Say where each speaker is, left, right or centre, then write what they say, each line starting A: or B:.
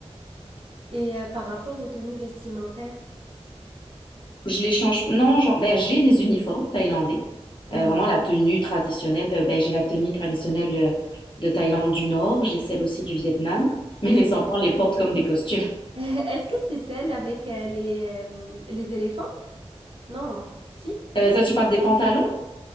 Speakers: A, on the right (about 55°); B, on the left (about 45°).
A: Et euh, par rapport aux tenues vestimentaires,
B: Je les change. Non, genre, ben, j'ai des uniformes thaïlandais.
A: Mhm.
B: Euh, vraiment la tenue traditionnelle. euh, Ben, j'ai la tenue traditionnelle euh, de Thaïlande du Nord. J'ai celle aussi du Vietnam. <laughs> Mais
A: est-ce
B: les enfants les portent comme des costumes.
A: <laughs> Est-ce que c'est celle avec euh, les, euh, les éléphants? Non, si?
B: Euh, ça, tu parles des pantalons?